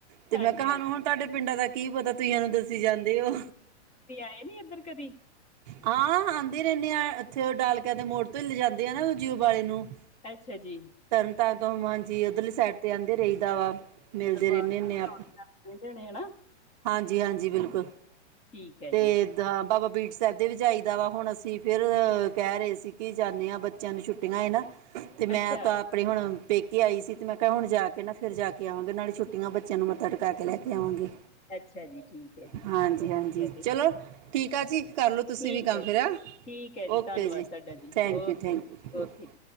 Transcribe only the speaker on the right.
ਤੇ
ਮੈਂ ਕਿਹਾ ਹਾਨੂੰ ਹੁਣ ਤੁਹਾਡੇ ਪਿੰਡਾਂ ਦਾ ਕੀ ਪਤਾ ਤੁਸੀਂ ਇਹਨੂੰ ਦੱਸੀ ਜਾਂਦੇ ਹੋ
ਹਾਂ ਆਂਦੀ ਰਹਿੰਨੀ ਆ ਉੱਥੇ ਉਹ ਡਾਲ ਕਿਆਂਦੇ ਮੋੜ ਤੋਂ ਈ ਲਿਜਾਦੇ ਆ ਨਾ ਜੀਊ ਵਾਲੇ ਨੂੰ
ਤਰਨ ਤਾਰਨ ਤੋਂ ਮ ਹਾਂਜੀ ਉੱਧਰਲੀ ਸਾਈਡ ਤੇ ਆਂਦੇ ਰਹਿੰਦਾ ਵਾ ਮਿਲਦੇ
ਰਹਿੰਨੇ
ਹੁੰਨੇ
ਆ ਆਪ
ਹਾਂਜੀ-ਹਾਂਜੀ ਬਿਲਕੁਲ,
ਤੇ
ਦ ਬਾਬਾ ਬੀੜ ਦੇ ਵਿੱਚ ਜਾਈਦਾ ਵਾ ਹੁਣ ਅਸੀਂ ਫਿਰ ਕਹਿ ਰਹੇ ਸੀ ਕਿ ਜਾਂਨੇ ਆ ਬੱਚਿਆਂ ਨੂੰ ਛੁੱਟੀਆਂ ਏ ਨਾ ਤੇ ਮੈਂ
ਤਾਂ ਆਪਣੇ ਹੁਣ ਪੇਕੇ ਆਈ ਸੀ ਤੇ ਮੈਂ ਕਿਹਾ ਹੁਣ ਜਾ ਕੇ ਨਾ ਫਿਰ ਜਾ ਕੇ ਆਵਾਂਗੇ ਨਾਲੇ ਛੁੱਟੀਆਂ ਬ ਚਿਆਂ ਨੂੰ ਮੱਥਾ ਟਕਾ ਕੇ ਲੈ ਕੇ ਆਵਾਂਗੇ।
ਹਾਂਜੀ-ਹਾਂਜੀ
ਚਲੋ ਠੀਕ ਆ ਜੀ। ਕਰਲੋ ਤੁਸੀਂ
ਵੀ ਕੰਮ
ਫਿਰ
ਆ
ਓਕੇ
ਜੀ
thank
you thank
you
ਓ